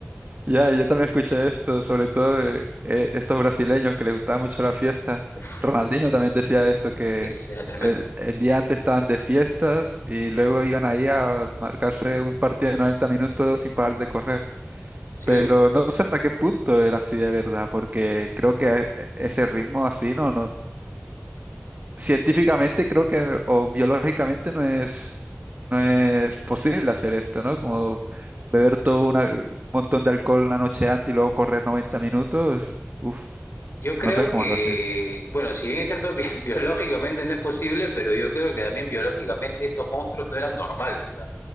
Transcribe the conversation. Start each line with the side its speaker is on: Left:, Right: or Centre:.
Right: Ya, yo también escuché esto, sobre todo de eh, estos brasileños que les gustaba mucho la fiesta.
Left: Uf,
Right: Ronaldinho también decía esto, que
Left: ese era tremendo.
Right: el, el día antes estaban de fiestas y luego iban ahí a marcarse un partido de 90 minutos sin parar de correr.
Left: Sí.
Right: Pero no sé hasta qué punto era así de verdad, porque creo que e- e, ese ritmo así no, no, científicamente creo que o biológicamente no es, no es posible hacer esto, ¿no? Como beber todo una- un montón de alcohol la noche antes y luego correr 90 minutos. Uf,
Left: Yo creo
Right: no sé cómo
Left: que,
Right: lo hacen.
Left: bueno, si bien es cierto, bi- <laughs> biológicamente no es posible, pero yo creo que también biológicamente estos monstruos no eran normales. ¿ah?